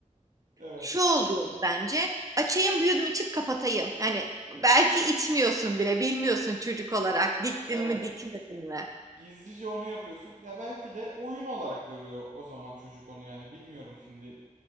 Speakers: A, on the right; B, on the right.
A: Evet,
B: şu oluyor bence açayım bir yudum içip kapatayım. Yani belki içmiyorsun bile bilmiyorsun çocuk olarak diktin
A: evet
B: mi dikmedin mi
A: gizlice onu yapıyorsun. Ya belki de oyun olarak görüyor o zaman çocuk onu yani bilmiyorum şimdi.